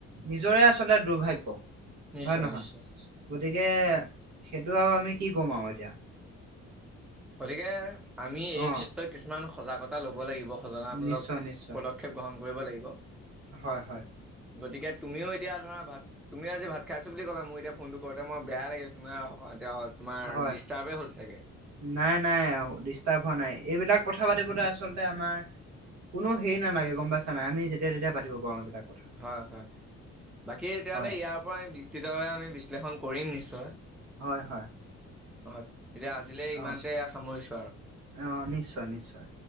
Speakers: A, on the right; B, in the centre.
A: নিজৰে আচলতে দুৰ্ভাগ্য।
B: নিশ্চয়
A: হয় নহয়
B: নিশ্চয়।
A: গতিকে সেইটো আউ আমি কি কম আউ এতিয়া।
B: গতিকে আমি এই
A: অ
B: ক্ষেত্ৰত কিছুমান সজাগতা ল'ব লাগিব, সজনামূলক
A: নিশ্চয় নিশ্চয়
B: পদক্ষেপ গ্ৰহণ কৰিব লাগিব ব।
A: হয় হয়।
B: গতিকে তুমিও এতিয়া ধৰা ভাত তুমিও আজি ভাত খাইছোঁ বুলি ক'লা, মোৰ এতিয়া ফোনটো কৰোঁতে মই বেয়া লাগিলে তোমাৰ আউ এতিয়া আউ। তোমাৰ
A: হয়
B: ডিষ্টাৰ্বে হ'ল চাগে।
A: নাই নাই ডিষ্টাৰ্ব হোৱা নাই, এইবিলাক কথা পাতিবলৈ আচলতে আমাৰ কোনো হেৰি নালাগে গম পাইছা নাই, আমি যেতিয়া তেতিয়া পাতিব পাৰো এইবিলাক। কথা
B: হয় হয়, বাকী এতিয়াহ'লে
A: হয়
B: ইয়াৰ পৰা আমি বিস্তৃতভাৱে আমি বিশ্লেষণ। কৰিম নিশ্চয়।
A: হয় হয়।
B: <unintelligible> তেতিয়া আজিলে ইমানতে
A: অ
B: সামৰিছো আৰু।
A: অ নিশ্চয় নিশ্চয়।